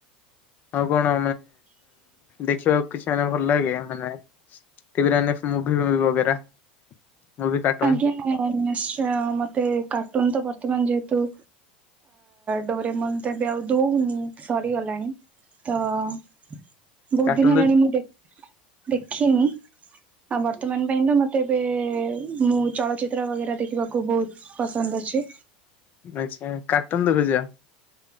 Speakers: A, on the left (about 40°); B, on the right (about 30°).
A: ଆଉ କ'ଣ ଦେଖିବାକୁ କିଛି ମାନେ ଭଲ୍ ଲାଗେ। ମାନେ ଟିଭି ମୁଭି ବାଗେରା ମୁଭି, କାଟୁନ୍‌।
B: ଆଜ୍ଞା ନିଶ୍ଚୟ ମତେ, କାଟୁନ୍‌ ତ ବର୍ତ୍ତମାନ୍ ଯେହେତୁ ଡ଼ୋରେମନ୍‌ ତ ବି ଆଉ ଦଉନି, ସରିଗଲାଣି। <inaudible> ବହୁ
A: କାର୍ଟୁନ
B: ଦିନ୍‌ ହେଲାଣି ମୁଁ ଦେଖିନି, ଆଉ ବର୍ତ୍ତମାନ୍‌ ପାଇଁ ତ ମ ତେବେ, ମୁଁ ଚଳଚ୍ଚିତ୍ର ବଗେରା ଦେଖିବାକୁ ବହୁତ୍ ପସନ୍ଦ୍ ଅଛି।
A: ଆଚ୍ଛା, କାଟୁନ୍‌ ଦେଖୁଚ।